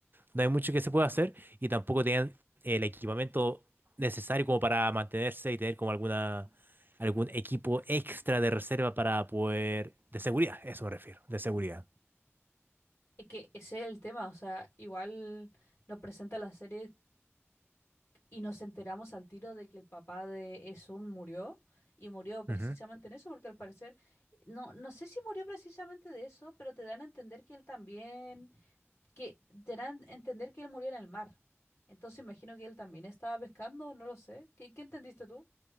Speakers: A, on the right (about 45°); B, on the left (about 60°).
A: no hay mucho que se pueda hacer y tampoco tenían el equipamiento necesario como para mantenerse y tener como alguna algún equipo extra de reserva para poder de seguridad, eso me refiero, de seguridad.
B: Es que ese es el tema, o sea, igual nos presenta la serie y nos enteramos al tiro de que el papá de Esun murió y murió precisamente
A: Ujú.
B: en eso, porque al parecer, no, no sé si murió precisamente de eso, pero te dan a entender que él también, que te dan a entender que él murió en el mar. Entonces imagino que él también estaba pescando, no lo sé. ¿Qué, qué entendiste tú?